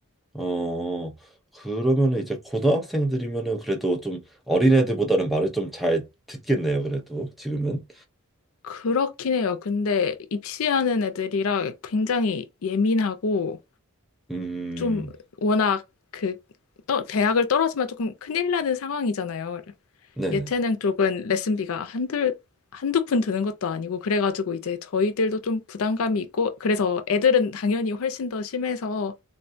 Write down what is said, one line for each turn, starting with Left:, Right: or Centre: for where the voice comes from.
Centre: 어, 그러면은 이제 고등학생들이면은 그래도 좀 어린애들보다는 말을 좀 잘 듣겠네요, 그래도 지금은.
Left: 그렇긴 해요. 근데 입시하는 애들이라 굉장히 예민하고,
Centre: 음,
Left: 좀 워낙 그, 떠, 대학을 떨어지면 조금 큰일 나는 상황이잖아요.
Centre: 네,
Left: 예체능 쪽은 레슨비가 한둘, 한두 푼 드는 것도 아니고, 그래가지고 이제 저희들도 좀 부담감이 있고, 그래서 애들은 당연히 훨씬 더 심해서